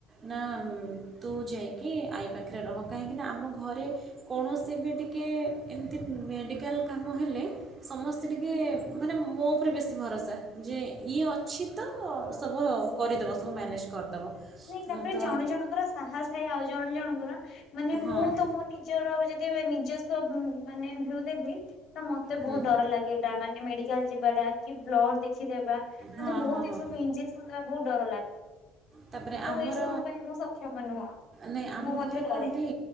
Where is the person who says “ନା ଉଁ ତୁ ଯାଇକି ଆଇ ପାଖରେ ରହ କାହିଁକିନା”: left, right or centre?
Right